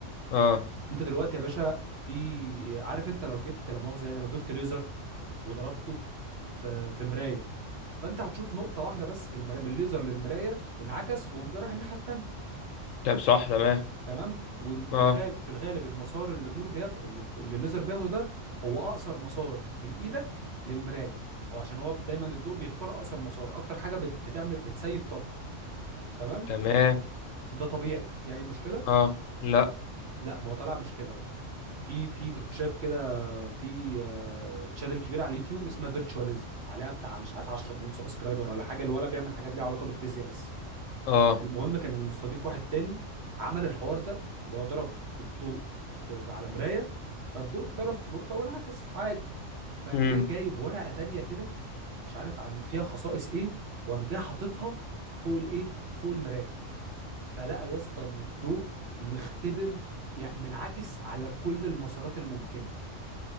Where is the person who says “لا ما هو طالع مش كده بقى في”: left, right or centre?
Right